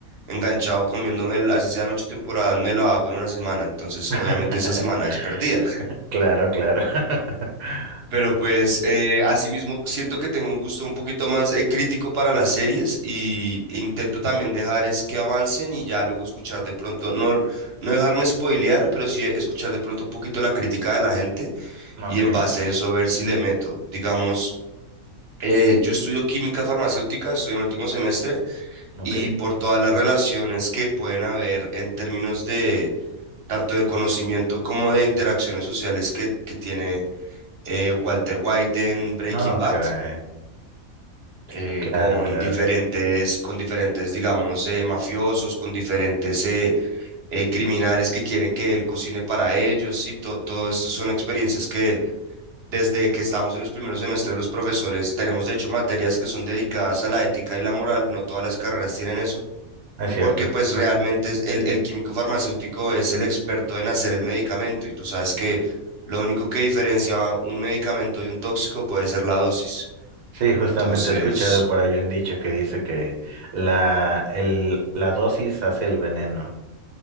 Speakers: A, on the right; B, on the right.
A: enganchado comiéndome, el- así sean ocho temporadas, me lo hago en una semana, entonces
B: <laughs>
A: obviamente esa semana es perdida.
B: Claro, claro. <laughs>
A: Pero pues eh, asimismo siento que tengo un gusto un poquito más eh, crítico para las series y e intento también dejar es que avancen y ya luego escuchar de pronto, no, no dejarme spoilear, pero sí escuchar de pronto un poquito la crítica de la gente
B: Ok,
A: y en base a eso ver si le meto. Digamos, eh, yo estudio química farmacéutica, estoy en el último semestre
B: ok.
A: y por todas las relaciones que pueden haber en términos de tanto de conocimiento como de interacciones sociales que, que tiene eh, Walter White en Breaking
B: No,
A: Bad,
B: caray.
A: eh,
B: Claro,
A: con
B: claro.
A: diferentes, con diferentes, digamos, eh, mafiosos, con diferentes eh, eh, criminales que quieren que él cocine para ellos, ¿sí? To- todo esto son experiencias que desde que estamos en los primeros semestres los profesores tenemos, de hecho, materias que son dedicadas a la ética y la moral, no todas las carreras tienen eso.
B: Es
A: Porque
B: cierto.
A: pues realmente es- el, el químico farmacéutico es el experto en hacer el medicamento y tú sabes que lo único que diferencia un medicamento de un tóxico puede ser la dosis.
B: Sí, justamente
A: Entonces,
B: he escuchado por ahí un dicho que dice que la, el, la dosis hace el veneno.